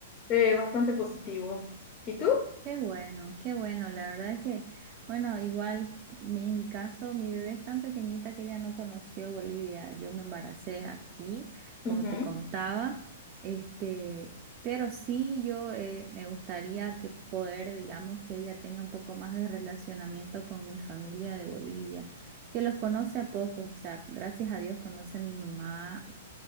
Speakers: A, on the left; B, on the right.
A: eh, bastante positivo. ¿Y tú?
B: qué bueno, qué bueno. La verdad que, bueno, igual mi- en mi caso, mi bebé es tan pequeñita que ella no conoció Bolivia. Yo me embaracé aquí, como
A: Ujú,
B: te contaba. Este, pero sí, yo eh, me gustaría que poder, digamos, que ella tenga un poco más de relacionamiento con mi familia de Bolivia, que los conoce a poco. O sea, gracias a Dios conoce a mi mamá